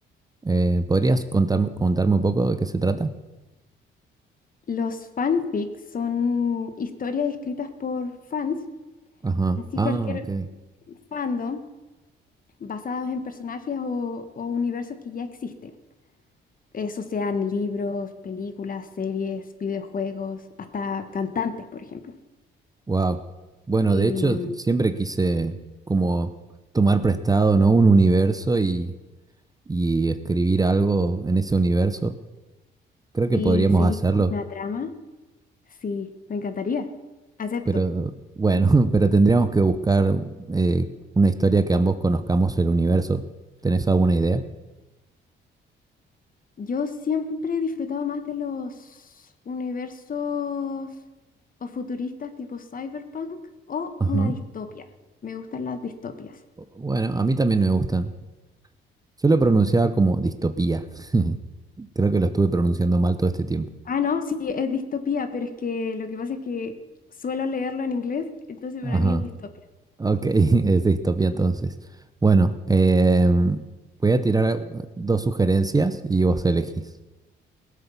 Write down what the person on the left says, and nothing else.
Los fanfics son historias escritas por fans,
en sí
cualquier
fandom, basados en personajes o, o universos que ya existen. Eso sean libros, películas, series, videojuegos, hasta cantantes, por ejemplo.
Em,
si
seguís
con una trama. Sí, me encantaría. Acepto.
Yo siempre he disfrutado más de los universos o futuristas tipo cyberpunk o
una distopia. Me gustan las distopias.
Ah, no, sí, es distopía, pero es que lo que pasa es que suelo leerlo en inglés, entonces
para mí es distopia.